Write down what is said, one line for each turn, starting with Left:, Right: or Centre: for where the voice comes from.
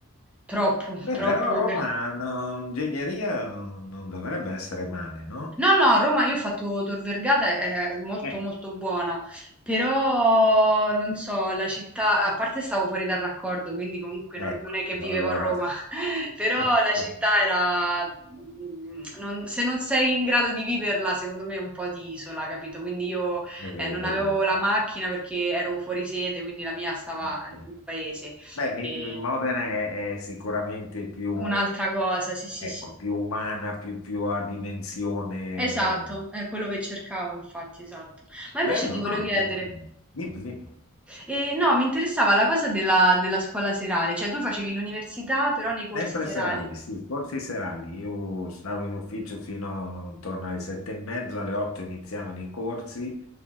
Centre: troppo,
Left: Beh,
Centre: troppo.
Left: però Roma, no, ingegneria non, non dovrebbe essere male, no?
Centre: No, no, a Roma io ho fatto Tor Vergata, è molto
Left: Eh,
Centre: molto buona, però non so, la città, a parte stavo fuori dal raccordo, quindi comunque
Left: ecco,
Centre: non, non è che vivevo
Left: allora...
Centre: a Roma, <laughs> però
Left: <laughs>
Centre: la città era... mm, non- se non sei in grado di viverla, secondo me è un po' di isola, capito? Quindi io
Left: È vero,
Centre: eh, non avevo la macchina perché ero fuori sede, quindi la mia stava
Left: è
Centre: nel
Left: vero.
Centre: mio paese.
Left: Beh, mi-
Centre: E
Left: Modena è, è sicuramente più,
Centre: un'altra cosa, sì, sì,
Left: ecco,
Centre: sì.
Left: più umana, più, più a dimensione.
Centre: Esatto, è quello che cercavo infatti, esatto. Ma invece
Left: Bello,
Centre: ti volevo
Left: no?
Centre: chiedere,
Left: Dimmi, dimmi.
Centre: eh, no, mi interessava la cosa della, della scuola serale, cioè tu facevi l'università però nei corsi
Left: Sempre
Centre: serali,
Left: serali, sì, corsi serali. Io stavo in ufficio fino intorno alle sette e mezzo, alle otto iniziavano i corsi.